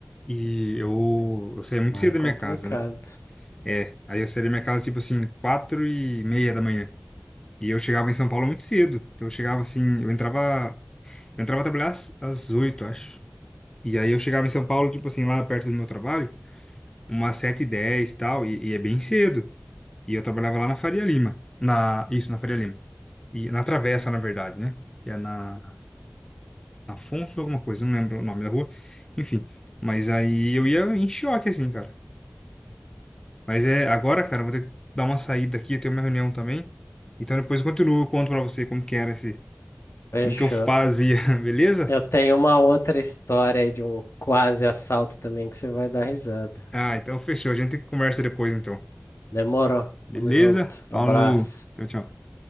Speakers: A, on the left; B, on the left.
A: e eu,
B: Aí,
A: eu saía muito
B: Lá
A: cedo
B: é complicado.
A: da minha casa, né? É, aí eu saía da minha casa, tipo assim, quatro e meia da manhã. E eu chegava em São Paulo muito cedo. Então eu chegava assim, eu entrava, eu entrava a trabalhar às às oito, acho. E aí eu chegava em São Paulo, tipo assim, lá perto do meu trabalho, umas sete e dez e tal, e, e é bem cedo. E eu trabalhava lá na Faria Lima. Na, isso, na Faria Lima. E na Travessa, na verdade, né? Que é na, na Afonso alguma coisa, não lembro o nome da rua. Enfim, mas aí eu ia em choque, assim, cara. Mas é, agora, cara, eu vou ter que dar uma saída aqui, eu tenho uma reunião também. Então depois eu continuo, eu conto pra você como que era esse,
B: Fechou.
A: como que eu fazia, <laughs> beleza?
B: Eu tenho uma outra história aí de um quase assalto também que você vai dar risada.
A: Ah, então fechou, a gente conversa depois, então.
B: Demorou.
A: Beleza?
B: Tamo junto. Abraço.
A: Falou, tchau, tchau.